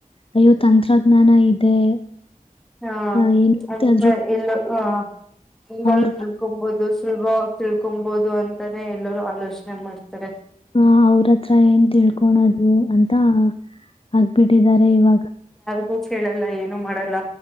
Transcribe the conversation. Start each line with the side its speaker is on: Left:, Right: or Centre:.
Left: ಅಯ್ಯೋ ತಂತ್ರಜ್ಞಾನ ಇದೆ
Centre: ಹಾ
Left: ಆ, ಏನು ಬರುತ್ತೆ
Centre: ಅಂತ
Left: ಅದ್ರ
Centre: ಎಲ್ಲೊ ಹಾ ಈಗೆಲ್
Left: ಅವ್ರ
Centre: ತಿಳ್ಕೊಬಹುದು ಸುಲಭವಾಗಿ ತಿಳ್ಕೊಭೋದು ಅಂತಾನೆ ಎಲ್ಲರೂ ಅ ಲೋಷನೆೆ ಮಾಡ್ತಾರೆ
Left: ಹ ಅವ್ರತ್ರ ಏನ್ ತಿಳ್ಕೊಣದು ಅಂತ ಆಗ್ಬಿಟ್ಟಿದ್ದಾರೆ ಇವಾಗ
Centre: ಹೂ ಕೇಳಲ್ಲ ಏನು ಮಾಡಲ್ಲ